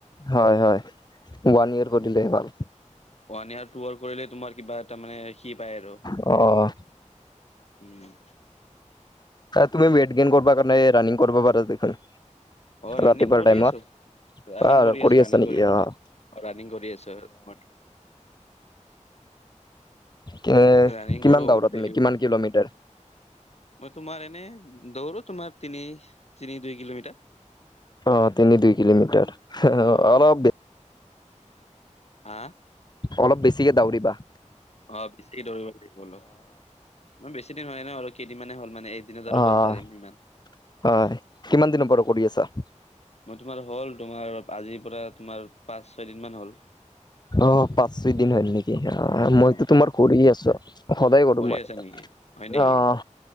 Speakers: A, on the left; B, on the left.
A: হয়-হয় ওৱান ইয়েৰ কৰিলেহে ভাল।
B: ওৱান ইয়াৰ টু ইয়াৰ কৰিলে তোমাৰ কিবা এটা মানে সি পায় আৰু।
A: অ- অ।
B: উম।
A: তুমি ৱেইট গেইন কৰিব কাৰণে ৰানিং কৰিবা পাৰা দেখোন।
B: অ ৰাণিং
A: ৰাতিপুৱাৰ
B: কৰি
A: টাইমত
B: আছো। ৰানিং
A: বা
B: কৰি আছো, ৰানিং
A: আছা নেকি
B: কৰি
A: অ',
B: আছো, অ' ৰানিং কৰি আছো গুহাটিত।
A: কে
B: ৰানিং
A: কিমান
B: কৰো
A: ডাঙৰ
B: ডেইলি
A: তুমি কিমান
B: কৰো
A: কিলোমিটাৰ?
B: মই তোমাৰ এনে দৌৰো তোমাৰ তিনি, তিনি- দুই কিলোমিটাৰ
A: অ' তিনি দুই কিলোমিটাৰ <unintelligible>
B: অ
A: অলপ
B: হা?
A: অলপ বেছিকে দৌৰিবা।
B: অঁ বেছিকে দৌৰিব লাগিব অলপ, মই বেছি দিন হোৱা নাই অল এই কেইদিনমানে হ'ল মানে একদিনত আৰু
A: অঁ,
B: ক'ত পাৰিম ইমান
A: হয় কিমান দিনৰ পৰা কৰি আছা?
B: মই তোমাৰ হ'ল তোমাৰ আজিৰ পৰা তোমাৰ পাঁচ ছয়দিন মান হ'ল।
A: অঁ পাঁচ ছয় দিন হল নেকি অহ
B: অ
A: মইতো তোমাৰ কৰি আছো সদায় কৰো
B: কৰি
A: মই,
B: আছা নেকি হয় নেকি
A: অঁহ